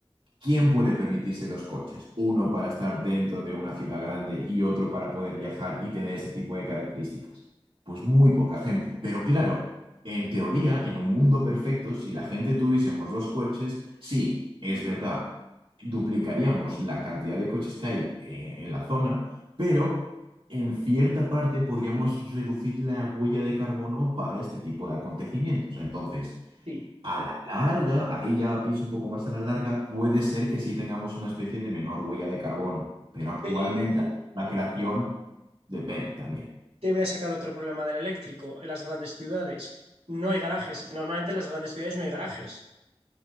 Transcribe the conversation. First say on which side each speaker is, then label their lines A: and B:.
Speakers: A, on the right; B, on the right.
A: ¿Quién puede permitirse dos coches? Uno para estar dentro de una ciudad grande y otro para poder viajar y tener ese tipo de características. Pues muy poca gente. Pero claro, en teoría, en un mundo perfecto, si la gente tuviésemos dos coches, sí, es verdad, duplicaríamos la cantidad de coches que hay eh, en la zona, pero en cierta parte podríamos reducir la huella de carbono para este tipo de acontecimientos. Entonces...
B: Sí.
A: A la larga, ahí ya pienso un poco más a la larga, puede ser que sí tengamos una especie de menor huella de carbono, pero actualmente
B: Pero
A: la creación depende también.
B: te voy a sacar otro problema del eléctrico en las grandes ciudades. No hay garajes. Normalmente en las grandes ciudades no hay garajes.